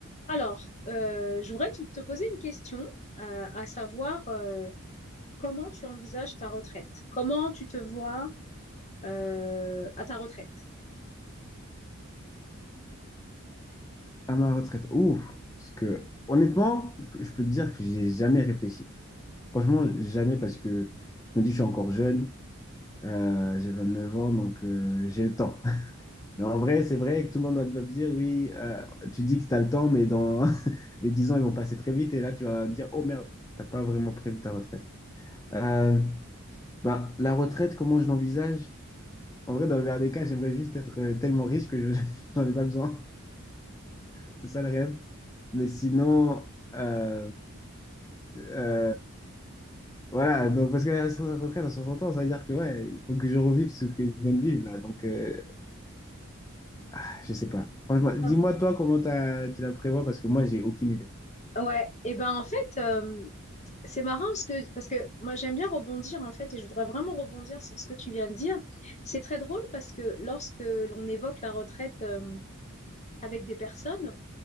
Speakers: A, on the left; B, on the left.
A: Alors, euh, je voudrais te te poser une question, euh, à savoir euh, comment tu envisages ta retraite? Comment tu te vois euh, à ta retraite?
B: À ma retraite. Ouf. Parce que, honnêtement, je peux te dire que j'ai jamais réfléchi. Franchement, jamais parce que je me dis, je suis encore jeune. Euh, j'ai neuf ans, donc euh, j'ai le temps. <laughs> Mais en vrai, c'est vrai que tout le monde va va me dire, oui, euh, tu dis que tu as le temps, mais dans <laughs> les 10 ans, ils vont passer très vite. Et là, tu vas dire, oh merde, t'as pas vraiment prévu ta retraite. Euh, bah, la retraite, comment je l'envisage? En vrai, dans le meilleur des cas, j'aimerais juste être euh, tellement riche que je, <laughs> j'en ai pas besoin. C'est ça le rêve. Mais sinon, euh, Euh, voilà, donc parce que la retraite dans 60 ans, ça veut dire que ouais, il faut que je revive ce que je viens de vivre là. Donc, euh, ah, je sais pas. Franchement, dis-moi
A: <laughs>
B: toi comment t'as- tu la prévois parce que moi, j'ai aucune idée.
A: Ouais, et ben en fait, euh, c'est marrant parce que, parce que moi j'aime bien rebondir en fait, et je voudrais vraiment rebondir sur ce que tu viens de dire. C'est très drôle parce que lorsque l'on évoque la retraite euh, avec des personnes,